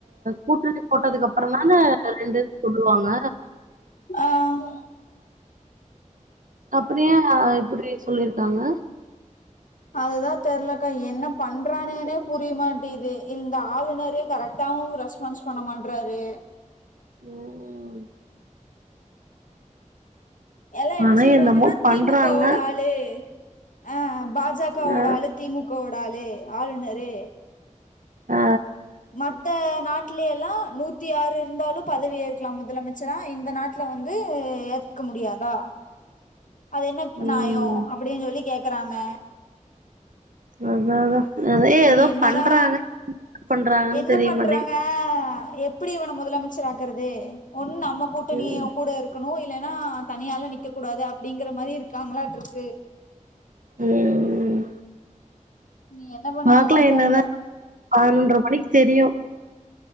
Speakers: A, on the right; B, on the left.
A: கூட்டணி போட்டதுக்கப்றநிதான ரெண்டு இது சொல்லுவாங்க
B: ஆஹ்
A: அப்டியா இப்டி சொல்லிருக்காங்க
B: அதுதா தெர்லக்கா என்ன பண்றானுகனே புரிய மாட்டீது இந்த ஆளுநரு கரக்டாவு ரெஸ்பான்ஸ் பண்ண மாட்றாரு
A: ம் ம்
B: எல்லா என்ன
A: ஆனா
B: சொல்றாங்கன்னா
A: என்னமோ பண்றாங்க
B: தி மு க ஓட ஆளு ஆ அம் பா ஜ கா வோட
A: ஆ
B: ஆளு தி மு கவோட ஆளு ஆளுநரு
A: ஆ
B: மத்த நாட்லேலா நூத்தி ஆறு இருந்தாலு பதவி ஏற்கலா முதலமைச்சரா இந்த நாட்ல வந்து ஏத்துக்க முடியாதா அது என்ன
A: ம்
B: நாயோ அப்டின்னு சொல்லி கே க்குறாங்க
A: அதாதா அதா ஏதோ
B: நீ என்னதா
A: பண்றாங்க பண்றாங்கன்னு
B: என்ன
A: தெரிய
B: பண்றாங்க
A: மாட்டேங்குது
B: எப்டி இவன முதலமைச்சர் ஆக்குறது ஒண் நம் ம்ம கூட்டணி
A: ம்
B: இவ கூட இருக்கணு இல்ல ஆ தனியாளா நிக்க கூடாது அப்டிங்கிற மாரி இருக்காங்களாட்டுக்கு
A: ம்
B: இனி என்ன பண்ணுவாங்கன்னு
A: பாக்கலா என்னதா
B: தெர்ல
A: பதினொன்ற மணி தெரியு